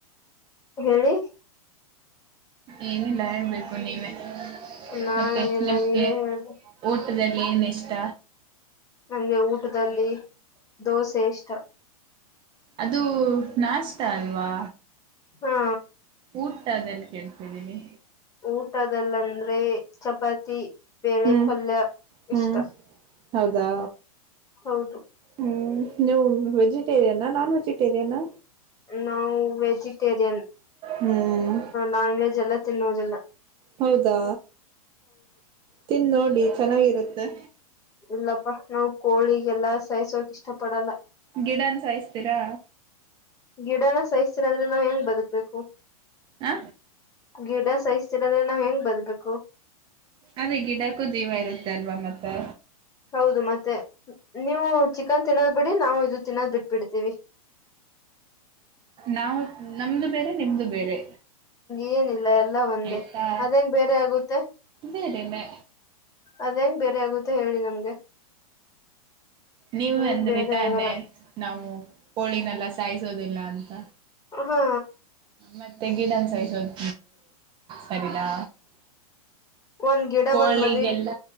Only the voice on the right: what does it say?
ಏನಿಲ್ಲ ಹೇಳ್ಬೇಕು ನೀನೆ.
ಮತ್ತೆ ನಿಮ್ಗೆ
ಊಟದಲ್ಲಿ ಏನ್ ಇಷ್ಟ.
ಅದು ನಾಸ್ಟಾ ಅಲ್ವಾ.
ಊಟದಲ್ಲಿ ಕೇಳ್ತಿದ್ದೀನಿ.
ಹ್ಮ್
ಹ್ಮ್
ಹೌದಾ.
ಹ್ಮ್ ನೀವು ವೆಜಿಟೇರಿಯನ್ನ ನಾನ್ ವೆಜಿಟೇರಿಯನಾ.
ಹ್ಮ್
ಹೌದಾ ತಿಂದ್ ನೋಡಿ ಚೆನ್ನಾಗಿರುತ್ತೆ.
ಗಿಡನ್ ಸಾಯಸ್ತೀರಾ.
ಆ.
ಅದೇ ಗಿಡಕ್ಕೂ ಜೀವ ಇರುತ್ತೆ ಅಲ್ವಾ ಮತ್ತೆ.
ನಾವು ನಮ್ದು ಬೇರೆ ನಿಮ್ದು ಬೇರೆ.
ಆಯ್ತಾ
ಬೇರೆನೆ
ನೀವು
ಅಂದ್ರಿ
ತಾನೆ
ನಾವು ಕೋಳಿನೆಲ್ಲ ಸಾಯಿಸೋದಿಲ್ಲ ಅಂತ.
ಮತ್ತೆ ಗಿಡನ್ ಸಾಯಿಸೋದು. ಬರಿಲಾ
ಕೋಳಿಗೆಲ್ಲ.